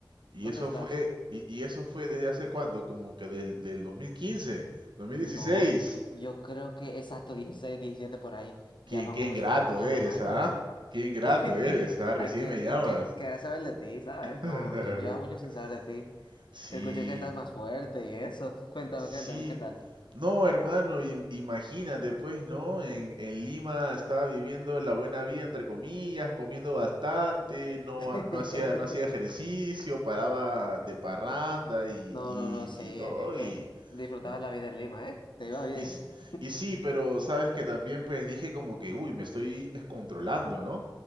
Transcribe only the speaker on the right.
¿Y
eso
fue, y, y eso fue desde hace cuándo? Como que del, del 2015, 2016.
Qué,
qué
ingrato
eres,
¿ah? Qué ingrato
eres, ¿ah? Recién
me llamas.
<laughs>
Sí,
Sí,
no, hermano, im- imagínate, pues, ¿no? En, en Lima estaba viviendo la buena vida, entre comillas, comiendo bastante, no,
ha- no hacía, no hacía ejercicio, paraba de parranda y,
y,
y
todo,
y,
¿no?
Y, s-
y sí, pero sabes que también pues dije como que, uy, me estoy descontrolando, ¿no?